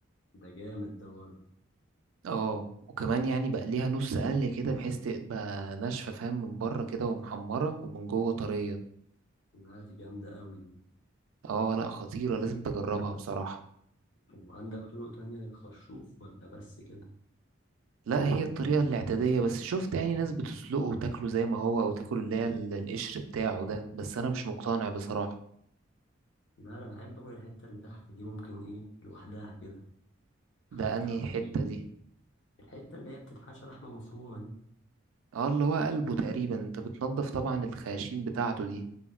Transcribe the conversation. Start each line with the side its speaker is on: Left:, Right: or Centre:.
Left: ده جامد ده برضه
Right: اه وكمان يعني بقى ليها نص قلة كده بحيث تبقى ناشفة فاهم من بره كده ومحمرة ومن جوه طرية
Left: لا دي جامدة قوي دي
Right: اه لا خطيرة لازم تجربها بصراحة
Left: وعندك طرق تانية للخرشوف ولا بس كده
Right: لا هي الطريقة الاعتيادية بس شفت يعني ناس بتسلقه وتاكله زي ما هو او تاكل اللي هي ال- القشر بتاعه ده بس انا مش مقتنع بصراحة
Left: لا انا بحب اكل الحتة اللي تحت دي ممكن ايه لوحدها كده حتى
Right: ده انهي
Left: لو نية
Right: حتة دي
Left: الحتة اللي هي بتتحشى لحمة مفرومة دي
Right: اه اللي هو قلبه تقريبا انت بتنضف طبعا الخياشيم بتاعته دي